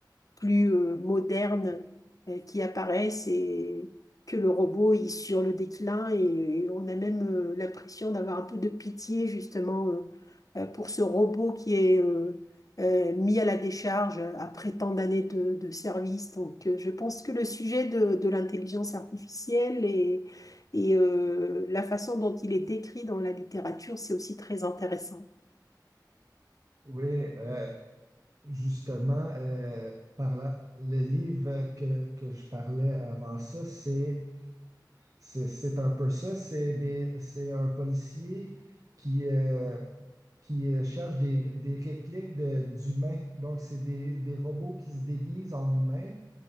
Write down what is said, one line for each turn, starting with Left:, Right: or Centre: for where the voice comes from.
Left: plus euh, modernes euh, qui apparaissent et que le robot est sur le déclin et, et on a même euh, l'impression d'avoir un peu de pitié justement euh, euh, pour ce robot qui est euh, euh, mis à la décharge après tant d'années de, de service. Donc euh, je pense que le sujet de, de l'intelligence artificielle et, et euh, la façon dont il est décrit dans la littérature, c'est aussi très intéressant.
Right: Oui, euh, justement, euh, par là, le livre que, que je parlais avant ça, c'est c'est c'est un peu ça. C'est des c'est un policier qui, euh, qui euh, cherchent des, des répliques de- d'humains. Donc, c'est des, des robots qui se déguisent en humains.